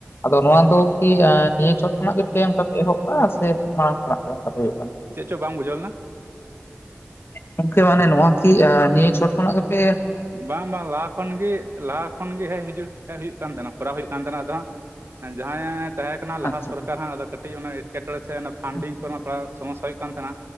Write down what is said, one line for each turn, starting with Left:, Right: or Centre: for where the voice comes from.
Left: ᱟᱫᱚ ᱱᱚᱣᱟ ᱫᱚ ᱠᱤ ᱟᱸ ᱱᱤᱭᱟᱹ ᱪᱷᱚᱴ ᱠᱷᱚᱱᱟᱜ ᱜᱮ ᱯᱮ ᱮᱦᱚᱵ ᱠᱟᱜ-ᱟ, ᱥᱮ ᱢᱟᱲᱟᱝ ᱠᱷᱚᱱᱟᱜ ᱜᱮ ᱚᱱᱠᱟ ᱦᱩᱭᱩᱜ ᱠᱟᱱᱟ?
Right: ᱪᱮᱫ ᱪᱚ ᱵᱟᱝ ᱵᱩᱡᱷᱟᱹᱣ ᱞᱮᱱᱟ!
Left: ᱜᱚᱢᱠᱮ ᱢᱟᱱᱮ ᱱᱚᱣᱟ ᱠᱤ ᱱᱤᱭᱟᱹ ᱪᱷᱚᱴ ᱠᱷᱚᱱᱟᱜ ᱜᱮᱯᱮᱼᱼ
Right: ᱵᱟᱝ ᱵᱟᱝ ᱞᱟᱦᱟ ᱠᱷᱚᱱ ᱜᱤ ᱞᱟᱦᱟ ᱠᱷᱚᱱᱼᱼ ᱜᱮ ᱦᱟᱸᱜ ᱦᱤᱡᱩᱜ ᱦᱮᱡ ᱦᱩᱭᱩᱜ ᱠᱟᱱ ᱛᱟᱦᱮᱸᱱᱟ ᱠᱚᱨᱟᱣ ᱦᱩᱭᱩᱜ ᱠᱟᱱ ᱛᱟᱦᱮᱸᱱᱟ, ᱟᱫᱚ ᱦᱟᱸᱜ ᱡᱟᱦᱟᱸᱭ ᱛᱟᱦᱮᱸᱼᱼ ᱠᱟᱱᱟ ᱞᱟᱦᱟ
Left: ᱟᱪᱪᱷᱟ
Right: ᱥᱚᱨᱠᱟᱨ ᱦᱟᱸᱜ ᱟᱫᱚ ᱠᱟᱹᱴᱤᱡ ᱚᱱᱟ ᱮᱴᱠᱮᱴᱚᱬᱮ ᱥᱮ ᱚᱱᱟ ᱯᱷᱟᱱᱰᱤᱝ
Left: ᱦᱩᱸ
Right: ᱠᱚᱨᱮ <unintelligible> ᱥᱚᱢᱚᱥᱥᱟ ᱦᱩᱭᱩᱜ ᱠᱟᱱ ᱛᱟᱦᱮᱸᱱᱟ